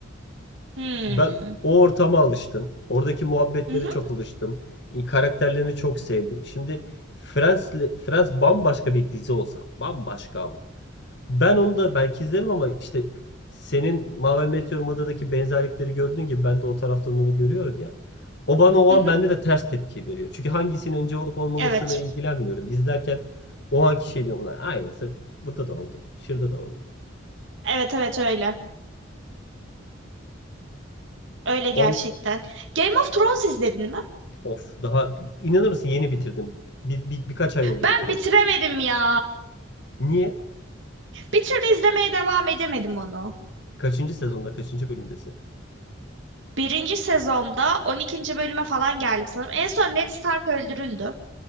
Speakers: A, on the right (about 60°); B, on the left (about 55°).
A: Hmm.
B: Ben o ortama alıştım. Oradaki muhabbetlere
A: Hı hı,
B: çok alıştım. Karakterlerini çok sevdim. Şimdi Friends, Friends bambaşka bir dizi olsa, bambaşka ama. Ben onu da belki izlerim ama işte senin Mavi Meteor Mada'daki benzerlikleri gördüğün gibi ben de o taraftan onu görüyorum ya. O bana o
A: hı
B: an
A: hı.
B: bende de ters tepki veriyor. Çünkü hangisinin önce olup olmamasına
A: Evet.
B: ilgilenmiyorum. İzlerken o anki şey diyorum lan aynısı burada da oldu. Şurada da oldu.
A: Evet evet öyle. Öyle gerçekten.
B: On
A: Game of Thrones izledin mi?
B: of daha inanır mısın yeni bitirdim. Bir, bir- birkaç ay oldu
A: Ben
B: bitireli.
A: bitiremedim ya.
B: Niye?
A: Bir türlü izlemeye devam edemedim onu.
B: Kaçıncı sezonda kaçıncı bölümdesin?
A: Birinci sezonda on ikinci bölüme falan geldim sanırım. En son Ned Stark öldürüldü.